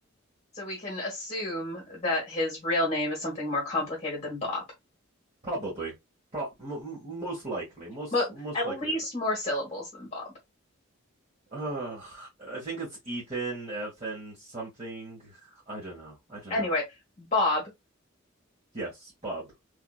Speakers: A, on the left (about 30°); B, on the right (about 30°).
A: So we can assume that his real name is something more complicated than Bob.
B: Probably, Pro- m- most likely, most
A: But
B: most
A: at
B: likely
A: least
B: that.
A: more syllables than Bob.
B: Uh, I think it's Ethan, Ethan, something. I don't know. I don't
A: Anyway,
B: know.
A: Bob.
B: Yes, Bob.